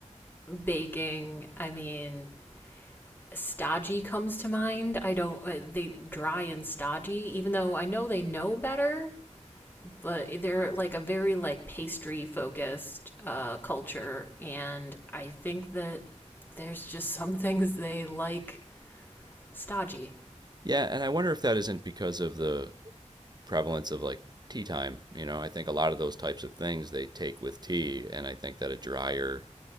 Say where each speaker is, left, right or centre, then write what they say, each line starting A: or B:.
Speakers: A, on the left; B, on the right.
A: baking, I mean, stodgy comes to mind. I don't uh, they dry and stodgy, even though I know they know better, but they're like a very like pastry focused uh, culture, and I think that there's just some <laughs> things they like stodgy.
B: Yeah, and I wonder if that isn't because of the prevalence of like tea time. You know, I think a lot of those types of things they take with tea, and I think that a drier,